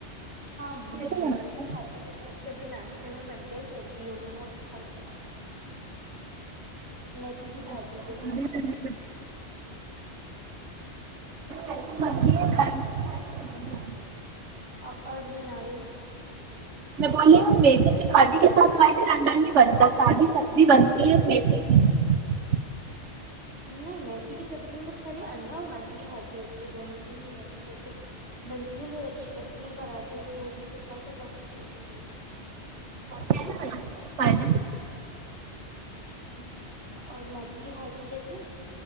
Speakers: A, on the right; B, on the right.
A: ہاں
B: کیسے
A: میتھی
B: بناتے
A: کے
B: ہیں
A: بھاجی کے ساتھ کبھی ناشتے میں بنتے ہیں سردیوں میں بہت اچھا لگتا ہے میتھی کی بھاجی
B: اچھا
A: کے ساتھ
B: <unintelligible>
A: اب آز نہیں آ رہی
B: <unintelligible>
A: نہیں میتھی کی سبزی میں بس خالی انڈا اور میتھی کی بھاجی ہوتی ہے دونوں چیزیں مست کر کے بنتی ہیں بہت اچھی لگتی ہیں پراٹھے یا پوری سے کاؤ تو بہت اچھی لگتی ہے
B: کیسے بنا فائل
A: اور میتھی کی بھجی لیتے